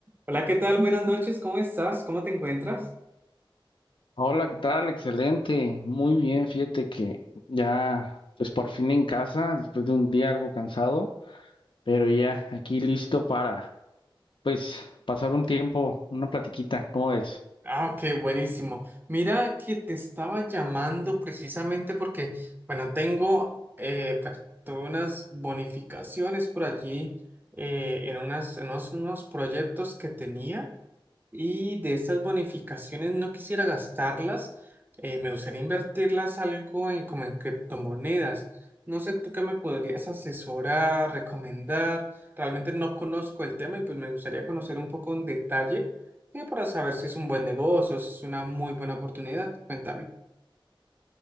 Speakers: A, on the right (about 20°); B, on the left (about 70°).
A: Hola, ¿qué tal? Buenas noches, ¿cómo estás? ¿Cómo te encuentras?
B: Hola, ¿qué tal? Excelente, muy bien, fíjate que ya, pues por fin en casa, después de un día algo cansado, pero ya aquí listo para, pues, pasar un tiempo, una platiquita, ¿cómo ves?
A: Ah, ok, buenísimo. Mira que te estaba llamando precisamente porque, bueno, tengo eh, pues, tuve unas bonificaciones por allí eh, en unas, en unos, unos proyectos que tenía. Y de estas bonificaciones no quisiera gastarlas, eh, me gustaría invertirlas algo en- como en criptomonedas. No sé tú qué me podrías asesorar, recomendar. Realmente no conozco el tema y pues me gustaría conocer un poco en detalle, eh, para saber si es un buen negocio, si es una muy buena oportunidad. Cuéntame.